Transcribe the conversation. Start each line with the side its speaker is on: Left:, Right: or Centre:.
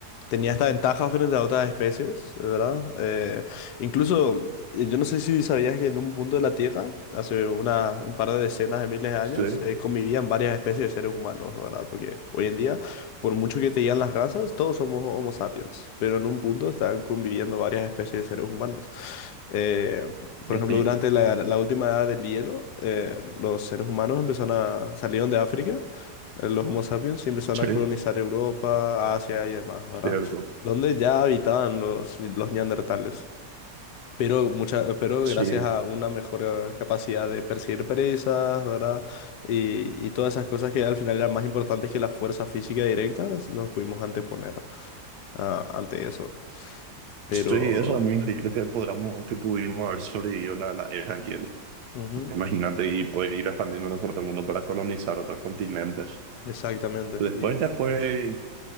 Left: tenía esta ventaja frente a otras especies, ¿verdad? Eh, incluso, eh, yo no sé si sabías que en un punto de la Tierra, hace una- un par de decenas de miles de años,
Right: sí,
Left: eh, convivían varias especies de seres humanos, ¿verdad? Porque hoy en día, por mucho que te digan las razas, todos somos Homo sapiens, pero en un punto estaban conviviendo varias especies de seres humanos. Eh, por
Right: este,
Left: ejemplo, durante la, la última edad del hielo, eh, los seres humanos empezaron a, salieron de África, eh, los Homo sapiens, y empezaron
Right: sí,
Left: a colonizar Europa, Asia y demás, ¿verdad?
Right: cierto.
Left: Donde ya habitaban los, los neandertales. Pero, mucha, pero
Right: Sí,
Left: gracias a una mejor eh, capacidad de perseguir presas, ¿verdad? Y, y todas esas cosas que al final eran más importantes que la fuerza física directa, nos pudimos anteponer ah, ante eso. Pero...
Right: sí, eso es muy increíble que podamos, que pudimos haber sobrevivido la, la era del hielo.
Left: ujú,
Right: Imagínate y poder ir expandiéndonos por el mundo para colonizar otros continentes.
Left: Exactamente.
Right: Después
Left: y-
Right: ya fue